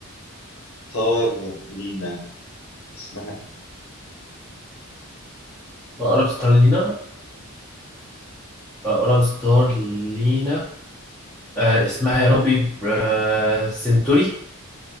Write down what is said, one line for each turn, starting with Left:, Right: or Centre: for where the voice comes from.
Left: ستار لينا اسمها إيه؟
Centre: اقرب ستار لينا اقرب ستار لينا آه اسمها يا ربي آه سنتوري